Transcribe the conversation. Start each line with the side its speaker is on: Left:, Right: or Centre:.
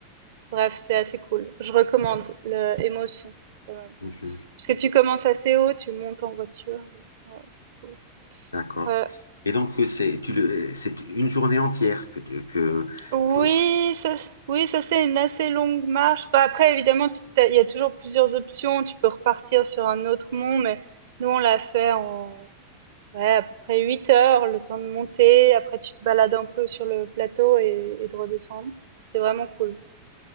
Right: Bref, c'est assez cool. Je recommande le Émotion, c'est pas mal.
Left: Mhm.
Right: Parce que tu commences assez haut, tu montes en voiture, et ouais, c'est cool.
Left: D'accord.
Right: Ouais.
Left: Et donc, euh, c'est tu le, euh, c'est une journée entière que, tu- que,
Right: Oui,
Left: que vous...
Right: ça, oui, ça c'est une assez longue marche. Bah, après, évidemment, tu- t'as- il y a toujours plusieurs options. Tu peux repartir sur un autre mont, mais nous on l'a fait en ouais, à peu près 8 heures, le temps de monter. Après, tu te balades un peu sur le plateau et, et de redescendre. C'est vraiment cool.